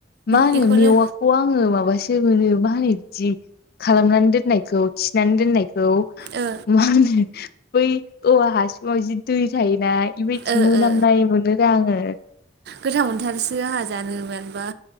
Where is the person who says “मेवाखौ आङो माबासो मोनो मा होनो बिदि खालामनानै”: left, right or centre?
Left